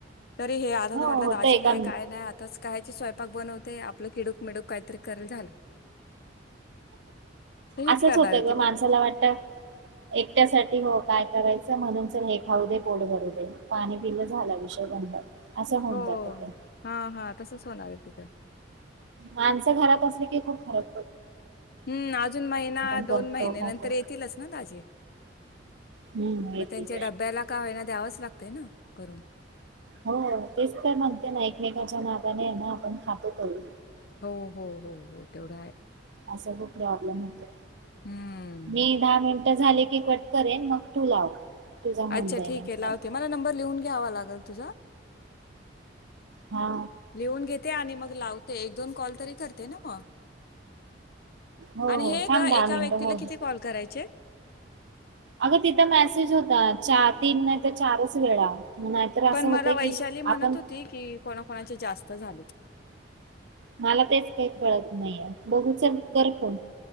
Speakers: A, on the left (about 55°); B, on the right (about 70°).
A: तरी हे आता
B: हो
A: तर म्हटलं
B: होत
A: दाजी
B: एका
A: नाही काय नाही आताच. <inaudible> स्वयंपाक बनवते आपलं खिडूक मिडूक काहीतरी करेल झालं तशीच
B: असंच
A: करणार
B: होतं
A: आहे
B: ग
A: ती
B: माणसाला
A: बघ
B: वाटत एक त्यासाठीठी हो काय करायचं म्हणून च हे खाऊ दे पोट भरू दे पाणी पिलं झाला विषय बंद असं होऊन
A: हो
B: जात मग
A: हां, हां तसंच होणार आहे तिथं
B: माणसं घरात असली की खूप खरब
A: हम्म अजून महिना
B: करतो
A: दोन महिन
B: खातो
A: नंतर येतीलच ना ताजे
B: हम्म येते
A: मग त्यांच्या डब्याला का होयना द्यावाच लागत ते ना करून
B: हो तेच तर म्हणते <inaudible> एकमेकांच्या नादानेना आपण खातो करू.
A: हो हो हो हो तेवढा आहे.
B: असं खूप प्रॉब्लेम होतो.
A: हं,
B: मी दहा मिन ट झाले की कट करेल, मग तू लाव तुझा होऊन
A: अच्छा
B: जाईन
A: ठीक
B: एक
A: आहे लावते,
B: कॉल
A: मला नंबर लिहून घ्यावा लागल तुझा
B: हा
A: लिहून घेत ते आणि मग लावते, एक दोन कॉल तरी करते ना मग
B: हो
A: आणि
B: हो
A: हे
B: थांब
A: ग
B: दहा
A: एका
B: मिनिटं
A: व्यक्तीला
B: हो हो
A: किती कॉल करायचे?
B: अगं तिथं मेसेज होता चा, तीन नाही तर चारच वेळा. मग नाहीतर असं
A: पण
B: होतंय
A: मला वैशाली
B: की
A: म्हणत
B: आपण
A: होती की कोणाकणाच्या जास् स्त झालेत.
B: मला तेच काही कळत नाहीये, बघू चल कर फोन तू.